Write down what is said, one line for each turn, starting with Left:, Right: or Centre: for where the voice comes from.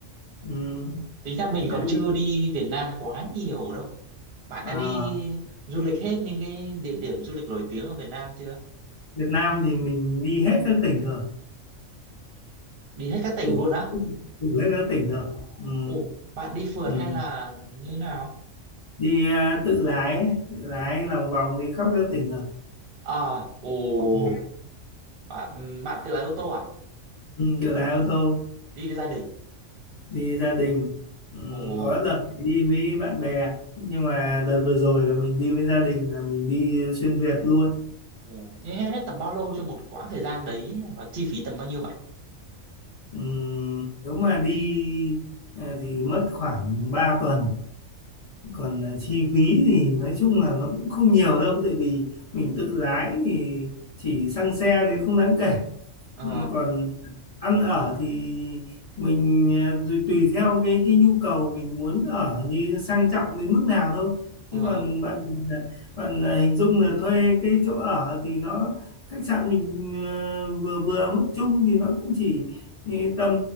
Left: ừ.
Right: tính ra mình
Left: thế
Right: còn
Left: thì
Right: chưa đi Việt Nam quá nhiều đâu bạn
Left: à,
Right: đã đi du lịch hết những cái địa điểm du lịch nổi tiếng ở Việt Nam chưa
Left: Việt Nam thì mình đi hết các tỉnh rồi
Right: đi hết các tỉnh
Left: đủ
Right: luôn á
Left: đủ hết các tỉnh rồi ừ.
Right: Ồ, bạn đi phượt
Left: Ừ.
Right: hay là như nào?
Left: đi à, tự lái ấy, tự lái lòng vòng đi khắp các tỉnh rồi
Right: À, ồ,
Left: ừ.
Right: bạn bạn tự lái ô tô à?
Left: Ừ, tự lái ô tô
Right: Đi với gia đình.
Left: đi gia đình ừ,
Right: Ồ,
Left: có đợt thì đi với bạn bè nhưng mà đợt vừa rồi là mình đi với gia đình là mình đi xuyên Việt luôn
Right: ồ, thế hết, hết tầm bao lâu cho một quãng thời gian đấy và chi phí tầm bao nhiêu bạn?
Left: ừ, nếu mà đi à, thì mất khoảng ba tuần còn à, chi phí thì nói chung là nó cũng không nhiều đâu tại vì mình tự lái thì chỉ xăng xe thì không đáng kể
Right: Ờ,
Left: Ừ, còn ăn ở thì mình ờ, rồi tùy theo cái cái nhu cầu mình muốn ở như sang trọng đến mức nào thôi chứ
Right: ờ,
Left: còn bạn à, bạn à, hình dung là thuê cái chỗ ở thì nó khách sạn mình ờ, vừa vừa mức chung thì nó cũng chỉ ờ, tầm